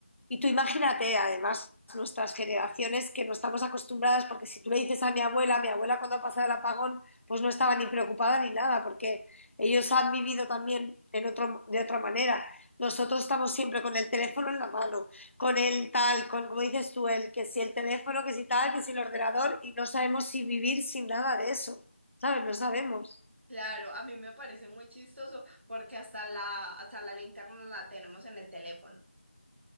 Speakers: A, on the left; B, on the right.
A: Y tú imagínate, además, nuestras generaciones que no estamos acostumbradas, porque si tú le dices a mi abuela, mi abuela cuando ha pasado el apagón, pues no estaba ni preocupada ni nada, porque ellos han vivido también en otro, de otra manera. Nosotros estamos siempre con el teléfono en la mano, con el tal, con, como dices tú, el que si el teléfono, que si tal, que si el ordenador, y no sabemos si vivir sin nada de eso, ¿sabes? No sabemos.
B: Claro, a mí me parece muy chistoso porque hasta la, hasta la linterna la tenemos en el teléfono.